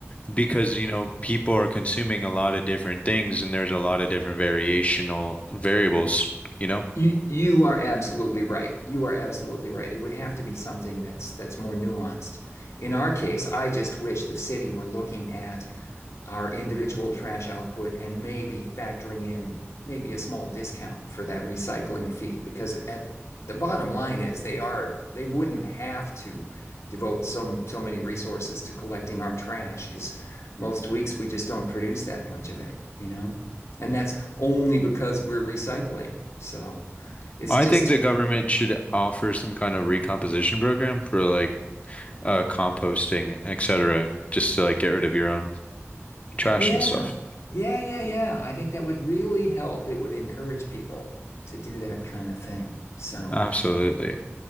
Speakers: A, on the left; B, on the left.
A: because you know people are consuming a lot of different things and there's a lot of different variational variables you know
B: You you are absolutely right. You are absolutely right. It would have to be something that's that's more nuanced. In our case, I just wish the city were looking at our individual trash output and maybe factoring in maybe a small discount for that recycling fee because at the bottom line is they are they wouldn't have to devote so so many resources to collecting our trash because most weeks we just don't produce that much of it you know and that's only because we're recycling so it's
A: I
B: just
A: think the government should offer some kind of recomposition program for like uh composting etc just to like get rid of your own trash
B: yeah
A: and stuff
B: yeah yeah yeah i think that would really help it would encourage people to do that kind of thing so
A: absolutely